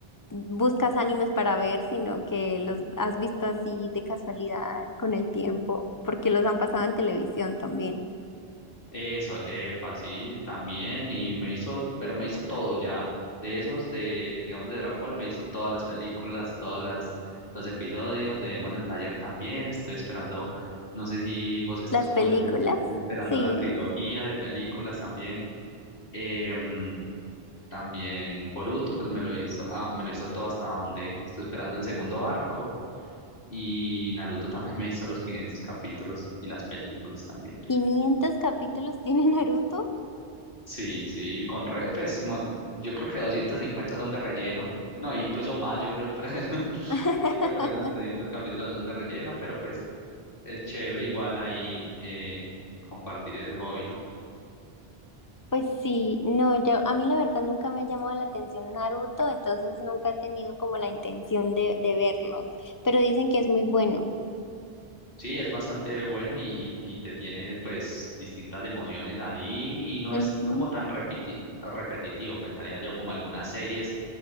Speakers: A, on the left; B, on the left.
A: buscas animes para ver, sino que los has visto así de casualidad con el tiempo, porque los han pasado en televisión también.
B: eso, epa, sí, también. Y me hizo, pero me hizo todo ya. De esos, de, digamos, de Dragon Ball, me hizo todas las películas, todas las, los episodios, de Demon Slayer también. Estoy esperando, no sé si vos estás
A: Las
B: como
A: películas,
B: yo, que espe- esperando
A: sí,
B: la trilogía de películas también. Em, También Boruto, pues me lo hizo, ah, me lo hizo todo hasta donde estoy esperando el segundo arco. Y Naruto también <laughs> me hizo los 500 capítulos y las películas también.
A: ¿Quinientos capítulos tiene Naruto.
B: Sí, sí, con re- pues mo- yo creo que 250 son de relleno. No, incluso más, yo, pre- pre- <laughs> yo
A: <laughs>
B: creo que por ahí unos 300 capítulos son de relleno, pero pues es chévere igual ahí eh, compartir ese hobby, ¿no?
A: Pues sí, no, yo a mí la verdad nunca me ha llamado la atención Naruto, entonces nunca he tenido como la intención de, de verlo, pero dicen que es muy bueno.
B: Sí, es bastante bueno y, y, y te tiene pues distintas emociones ahí y no es
A: Ujú,
B: como tan repiti- repetitivo, pensaría yo, como algunas series.